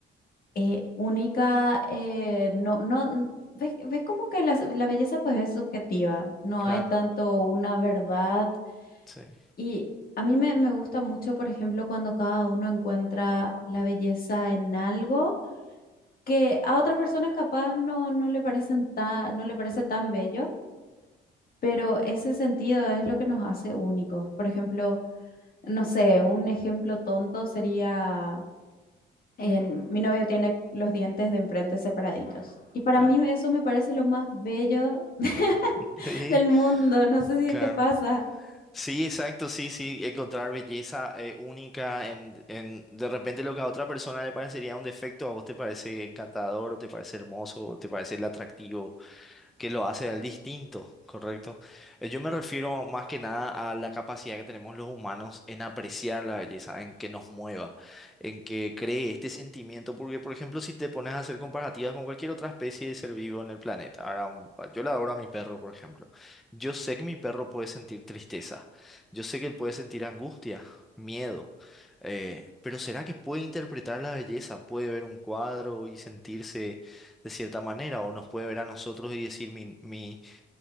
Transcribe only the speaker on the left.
eh, única, eh, no, no, n- ves, ves como que la, la belleza pues es subjetiva, no
hay tanto una verdad
y a mí me, me gusta mucho, por ejemplo, cuando cada uno encuentra la belleza en algo que a otras personas capaz no, no le parecen ta- no le parece tan bello Pero ese sentido es lo que nos hace únicos. Por ejemplo, no sé, un ejemplo tonto sería, en, mi novio tiene los dientes de enfrente separaditos. Y para
mí eso me parece lo más bello <laughs>
del mundo. No sé si
te pasa.